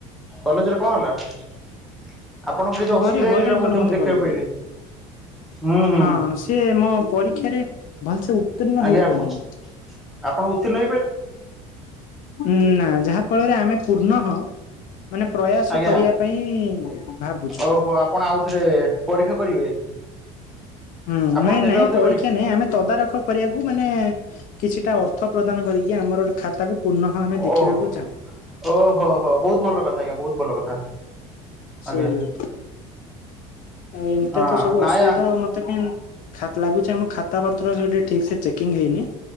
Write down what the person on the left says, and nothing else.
ଭାରି ହଇରାଣ
କଲେ
ମତେ
କଲେଜରେ।
ହଁ ସିଏ ମୋ ପରୀକ୍ଷାରେ ଭଲସେ ଉତ୍ତୀର୍ଣ
ହେଇପାଇଲୁନି।
ନା ଯାହା ଫଳରେ ଆମେ ପୂର୍ଣ୍ଣ ହ ମାନେ ପ୍ରୟାସ
କରିବା ପାଇଁ ଭାବୁଚୁ।
ହୁଁ
ନାଇଁ
ନାଇଁ
ପରୀକ୍ଷା ନାଇଁ ଆମେ ତଦାରଖ କରିବାକୁ ମାନେ କିଛିଟା ଅର୍ଥ ପ୍ରଦାନ କରିକି ଆମର ଗୋଟେ ଖାତାକୁ ପୁନଃ ଆମେ ଦେଖିବାକୁ
ଚାହୁଁ।
ସେଇଆ
ତ। ଆ ଏମିତିଆ
ତ ସବୁ
ଅସୁବିଧା ଆଉ। ମତେ କାହିଁ ଖାତ ଲାଗୁଚି ଆମ ଖାତା ପତ୍ର ସେ ଠିକ ସେ ଚେକିଂ ହେଇନି।